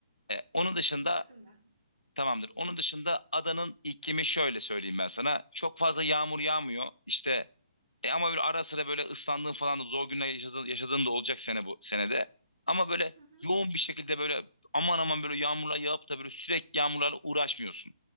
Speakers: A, on the left; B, on the right.
A: E, onun dışında
B: Aklımda.
A: tamamdır. Onun dışında adanın iklimi şöyle söyleyeyim ben sana. Çok fazla yağmur yağmıyor. İşte e, ama böyle ara sıra böyle ıslandığın falan da zor günler yaşadığın, yaşadığın da olacak sene bu senede. Ama böyle
B: Hı hı.
A: yoğun bir şekilde böyle aman aman böyle yağmurlar yağıp da böyle sürekli yağmurlarla uğraşmıyorsun.